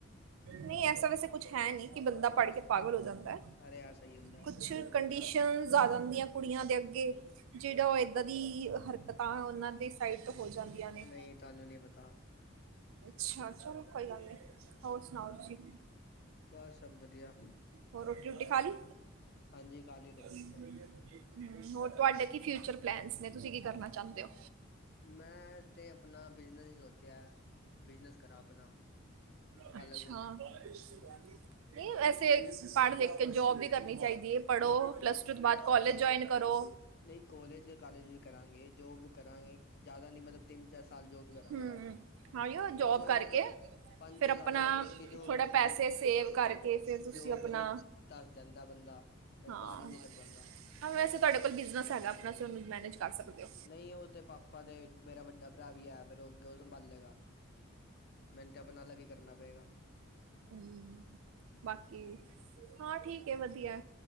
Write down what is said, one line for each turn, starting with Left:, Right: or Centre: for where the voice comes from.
Right: ਨਹੀਂ ਐਸਾ ਵੈਸੇ ਕੁਛ ਹੈ ਨਹੀਂ ਕਿ ਬੰਦਾ ਪੜ੍ਹ ਕੇ ਪਾਗਲ ਹੋ ਜਾਂਦਾ।
Left: ਅਰੇ ਆ ਸਹੀ ਹੁੰਦਾ
Right: ਕੁਛ
Left: ਤੁਹਾਨੂੰ
Right: ਕੰਡੀਸ਼ਨ
Left: ਨੀ ਪਤਾ
Right: ਜ਼ਿਆਦਾ ਹੁੰਦੀਆਂ। ਕੁੜੀਆਂ ਦੇ ਅੱਗੇ, ਜਿਹੜਾ ਉਹ ਇਏਦਾਂ ਦੀ ਹਰਕਤਾਂ ਉਹਨਾਂ ਦੇ ਸਾਈਡ ਤੋਂ ਹੋ ਜਾਂਦੀਆਂ ਨੇ।
Left: ਨਹੀਂ ਤੁਹਾਨੂੰ ਨੀ ਪਤਾ
Right: ਅੱਛਾ, ਚਲੋ ਕੋਈ ਗੱਲ ਨੀ, ਹੋਰ ਸੁਣਾਓ ਤੁਸੀਂ?
Left: ਬਸ ਸਭ ਵਧੀਆ
Right: ਹੋਰ ਰੋਟੀ -ਰੋਟੀ ਖਾ ਲੀ?
Left: ਹਾਂਜੀ ਖਾ ਲਈ ਰੋਟੀ
Right: ਹੂ,
Left: ਤੇ
Right: ਹੋਰ ਤੁਹਾਡੇ ਕੀ ਫਿਊਚਰ ਪਲੈਨਸ ਨੇ, ਤੁਸੀਂ ਕੀ ਕਰਨਾ ਚਾਹੁੰਦੇ ਹੋ?
Left: ਮੈਂ ਤੇ ਆਪਣਾ ਬਿਜਨਸ ਹੀ ਸੋਚਿਆ। ਬਿਜਨਸ ਕਰਾਂ ਆਪਣਾ।
Right: ਅੱਛਾ
Left: ਅਲੱਗ
Right: ਨਈ ਵੈਸੇ ਪੜ੍ਹ ਲਿਖ ਕੇ ਜੋਬ ਵੀ ਕਰਨੀ ਚਾਈਦੀ ਏ। ਪੜ੍ਹੋ ਪਲੱਸ ਟੂ ਤੋਂ ਬਾਅਦ ਕੋਲੇਜ ਜੋਇਨ ਕਰੋ।
Left: ਨਈ ਕੋਲੇਜ ਕਾਲਜ ਵੀ ਕਰਾਂਗੇ ਜੋਬ ਕਰਾਂਗੇ ਜ਼ਿਆਦਾ ਨੀ ਮਤਲ ਤਿੰਨ ਚਾਰ ਸਾਲ ਜੋਬ ਕਰਾਂਗੇ
Right: ਹਮ
Left: ਬਸ
Right: ਹਾਂ ਯੋ ਜੋਬ
Left: ਬਸ ਓਈ
Right: ਕਰਕੇ
Left: ਨਾ ਫੇਰ ਪੰਜ
Right: ਫਿਰ
Left: ਛੇ
Right: ਆਪਣਾ
Left: ਸਾਲ ਅਗਰ ਕੀਤੀ ਜੋਬ
Right: ਥੋੜਾ ਪੈਸੇ
Left: ਫਿਰ
Right: ਸੇਵ ਕਰਕੇ ਫਿਰ ਤੁਸੀਂ
Left: ਜੋਬ
Right: ਆਪਣਾ
Left: ਚੀ ਧਸ ਜਾਂਦਾ ਬੰਦਾ ਫੇਰ
Right: ਹਾਂ,
Left: ਬਾਹਰ ਨੀ ਨਿਕਲ ਪਾਉਂਦਾ
Right: ਹਾਂ ਵੈਸੇ ਤਾਡੇ ਕੋਲ ਬਿਜਨਸ ਹੈਗਾ ਆਪਣਾ ਸ ਉਨੂੰ ਮੈਨੇਜ ਕਰ ਸਕਦੇ ਓ
Left: ਨਈ ਓ ਤੇ ਪਾਪਾ ਤੇ ਮੇਰਾ ਵੱਡਾ ਭਰਾ ਵੀ ਹੈ ਫੇਰ ਅੱਗੇ ਓ ਸੰਭਾਲੇਗਾ। ਮੇਨ ਤੇ ਆਪਣਾ ਅਲੱਗ ਈ ਕਰਨਾ ਪਏਗਾ।
Right: ਹੁੰ ਬਾਕੀ
Left: ਹਮ
Right: ਹਾਂ ਠੀਕ ਏ ਵਧੀਐ।